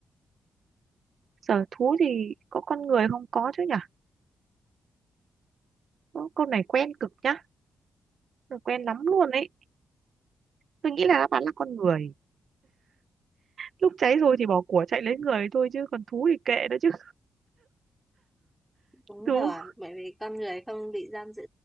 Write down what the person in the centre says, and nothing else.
đúng
rồi, bởi vì con người không bị giam giữ.